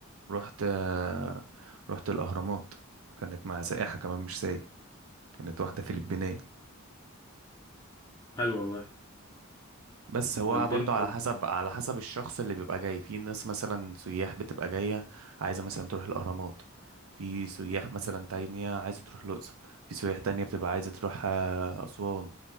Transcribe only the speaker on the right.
رحت آه، رحت الاهرامات كانت مع سائحة كمان مش سايح كانت واحدة فلبينية
بس هو
برضه على حسب على حسب الشخص اللي بيبقى جاي في ناس مثلا سياح بتبقى جاية عايزة مثلا تروح الأهرامات في سياح مثلا تانية عايزة تروح الأقصر في سياح تانية بتبقى عايزة تروح آه، أسوان